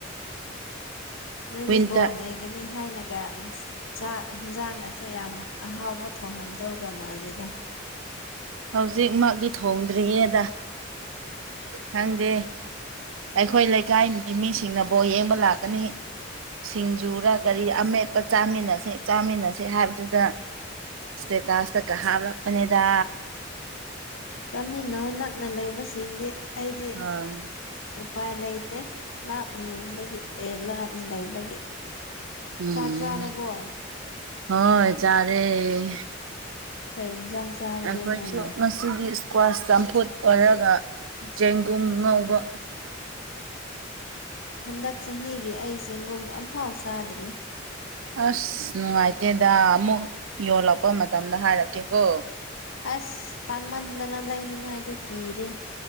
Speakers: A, on the left; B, on the right.
A: ꯅꯣꯏꯗꯤ
B: ꯋꯤꯟꯇꯔ
A: ꯕꯣꯜ ꯂꯩꯒꯅꯤ ꯍꯥꯏꯅꯒ ꯆꯥꯛ ꯌꯦꯟꯁꯥꯡ ꯑꯁꯦ ꯌꯥꯝ ꯑꯍꯥꯎꯕ ꯊꯣꯡꯉꯝꯗꯧꯒ ꯃꯥꯜꯂꯦꯗ꯫
B: ꯍꯧꯖꯤꯛꯃꯛꯗꯤ ꯊꯣꯡꯗ꯭ꯔꯤꯌꯦꯗ꯫ ꯈꯪꯗꯦ ꯑꯩꯈꯣꯏ ꯂꯩꯀꯥꯏꯒꯤ ꯃꯤꯁꯤꯡꯅꯕꯨꯣ ꯌꯦꯡꯕ ꯂꯥꯛꯀꯅꯤ꯫ ꯁꯤꯡꯖꯨꯔ ꯀꯔꯤ ꯑꯃꯦꯠꯄ ꯆꯥꯃꯤꯟꯅꯁꯦ ꯆꯥꯃꯤꯟꯅꯁꯦ ꯍꯥꯏꯕꯗꯨꯗ꯫ ꯏꯁꯇꯦꯇꯁ ꯀꯥ ꯍꯥꯕꯄꯅꯦꯗ
A: ꯆꯥꯃꯤꯟꯅꯧ ꯅꯛꯅ ꯂꯩꯕꯁꯤꯡꯗꯤ ꯑꯩꯗꯤ
B: ꯍꯣꯏ
A: ꯎꯄꯥꯏ ꯂꯩꯇꯦ꯫ ꯂꯥꯞꯅ ꯌꯦꯡꯕꯒꯤ ꯑꯦ ꯂꯥꯞꯅ ꯂꯩꯕꯒꯤ꯫
B: ꯎꯝ
A: ꯆꯥꯛ ꯆꯥꯔꯕꯣ
B: ꯍꯣꯏ ꯆꯥꯔꯦ꯫
A: ꯀꯩ ꯏꯟꯁꯥꯡ ꯆꯥꯔꯒꯦ
B: ꯑꯩꯈꯣꯏꯁꯨ
A: ꯅꯣꯏꯅ
B: ꯉꯁꯤꯗꯤ ꯏꯁꯀ꯭ꯋꯥꯁ ꯆꯝꯐꯨꯠ ꯑꯣꯏꯔꯒ
A: ꯑꯁ
B: ꯆꯦꯡꯒꯨꯝ ꯉꯧꯕ꯫
A: ꯍꯟꯗꯛ ꯆꯍꯤꯒꯤ ꯑꯩ ꯆꯦꯡꯒꯨꯝ ꯑꯝꯐꯥꯎ ꯆꯥꯗ꯭ꯔꯤ꯫
B: ꯑꯁ ꯅꯨꯡꯉꯥꯏꯇꯦꯗ ꯑꯃꯨꯛ ꯌꯣꯜꯂꯛꯄ ꯃꯇꯝꯗ ꯍꯥꯏꯔꯛꯀꯦꯀꯣ꯫
A: ꯑꯁ ꯇꯥꯡꯃꯟꯗꯅ ꯂꯩꯅꯤꯡꯉꯥꯏꯗꯨ ꯀꯤꯔꯦ꯫